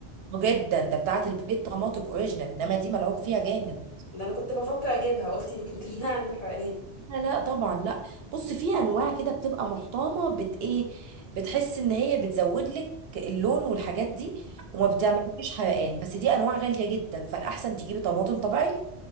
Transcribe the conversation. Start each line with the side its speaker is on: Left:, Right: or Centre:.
Right: جدا ده بتاعه البيت طماطم اوريجينال انما دي ملعوب فيها جامد
Left: ده انا كنت بفكر اجيبها قلت يمكن تمنعني <laughs> الحرقان
Right: لا لا طبعا لا بص في انواع كده بتبقى محترمه بت ايه بتحس ان هي بتزود لك اللون والحاجات دي وما بتعملكيش حرقان بس دي انواع غاليه جدا فالاحسن تجيبي طماطم طبيعي